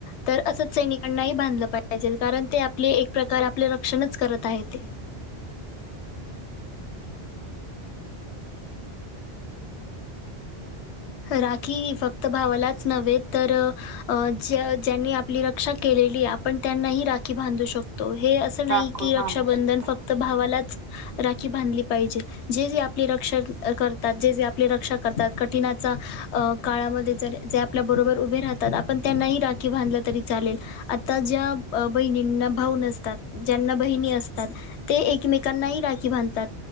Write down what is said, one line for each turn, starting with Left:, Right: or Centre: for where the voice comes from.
Left: तर असंच सैनिकांनाही बांधलं पाहिजेल. कारण ते आपले एक प्रकार आपले रक्षणच करत आहेत ते. राखी ही फक्त भावालाच नव्हे तर, अ ज ज्यांनी आपली रक्षा केलेली आपण त्यांनाही राखी बांधू शकतो हे अस नाही
Right: राखूळ
Left: की रक्षाबंधन
Right: बांधू शकतो.
Left: फक्त भावालाच, राखी बांधली पाहिजे, जे जे आपले रक्षा करतात जे जे आपले रक्षा करतात कठीण चा काळामध्ये जर जे आपल्याबरोबर उभे राहतात. आपण त्यांनाही राखी बांधलं तरी चालेल. आता ज्या बहिणींना भाऊ नसतात. ज्यांना बहिणी असतात. ते एकमेकांनाही राखी बांधतात.